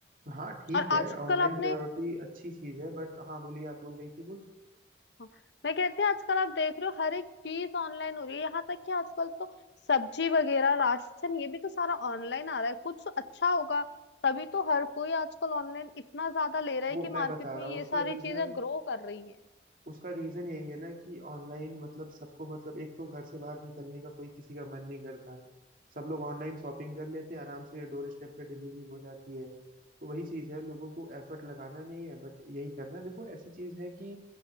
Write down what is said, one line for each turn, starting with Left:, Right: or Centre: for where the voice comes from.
Right: हाँ ठीक
Left: और
Right: है
Left: आजकल
Right: ऑनलाइन
Left: आपने
Right: प्रायोरिटी अच्छी चीज है बट हाँ बोलिए आप बोल रही थी कुछ
Left: हाँ, मैं कहती हूँ आजकल आप देख रहे हो हर एक चीज ऑनलाइन हो रही है यहाँ तक कि आजकल तो सब्जी वगैरह राशन ये भी तो सारा ऑनलाइन आ रहा है कुछ अच्छा होगा तभी तो हर कोई आजकल ऑनलाइन इतना ज्यादा ले रहा
Right: वो
Left: है कि
Right: मैं
Left: मार्केट
Right: बता
Left: में
Right: रहा
Left: ये
Right: हूँ उसका
Left: सारी
Right: रीजन
Left: चीजें ग्रो कर रही है
Right: उसका रीजन यही है ना कि ऑनलाइन मतलब सबको मतलब एक तो घर से बाहर निकलने का कोई किसी का मन नहीं करता सब लोग ऑनलाइन शॉपिंग कर लेते हैं आराम से डोर स्टेप पे डिलीवरी हो जाती है तो वही चीज है लोगों को एफर्ट लगाना नहीं है बट यही करना देखो ऐसी चीज है कि